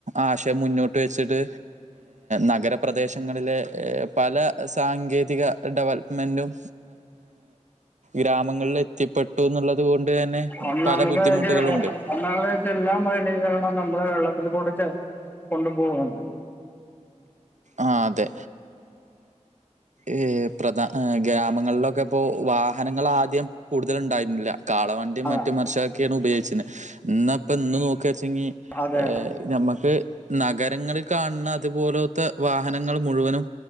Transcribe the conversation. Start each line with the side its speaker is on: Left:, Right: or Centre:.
Right: ആശയം മുന്നോട്ട് വെച്ചിട്ട് നഗരപ്രദേശങ്ങളിലെ പല സാങ്കേതിക ഡെവലപ്മെന്റും ഗ്രാമങ്ങളിൽ എത്തിപ്പെട്ടു എന്നുള്ളത് കൊണ്ട് തന്നെ
Left: ഒന്നാമത്
Right: പല ബുദ്ധിമുട്ടുകളുണ്ട്
Left: ഒന്നാമത്ച്ച എല്ലാം മലിനീകരണം നമ്മളെ വെള്ളത്തിൽ കുടിച്ച കൊണ്ടുപോവുന്നുണ്ട്
Right: ആ അതെ ഏ പ്രധാ ഗ്രാമങ്ങളിലൊക്കെ ഇപ്പോ വാഹനങ്ങൾ ആദ്യം കൂടുതല് ഉണ്ടായിരുന്നില്ല കാളവണ്ടിയും
Left: അതാ
Right: മറ്റും വർഷൊക്കെയാണ് ഉപയോഗിച്ചത് ഇന്നപ്പ ഇന്ന് നോക്ക ചെങ്ങി
Left: അതെ
Right: നമ്മുക്ക് നഗരങ്ങളിൽ കാണുന്ന ഇതുപോലത്തെ വാഹനങ്ങൾ മുഴുവനും